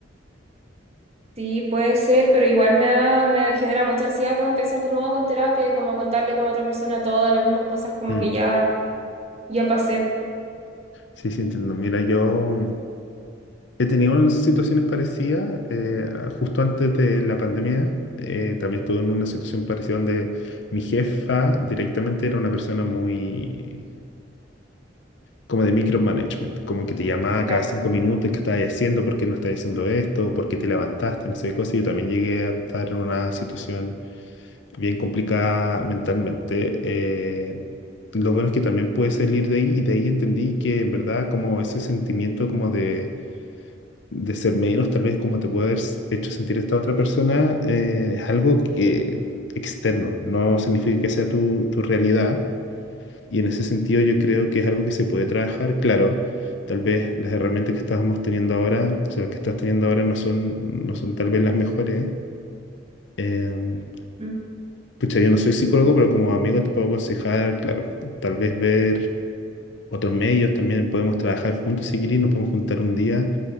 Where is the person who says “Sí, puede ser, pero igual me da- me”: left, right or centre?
Right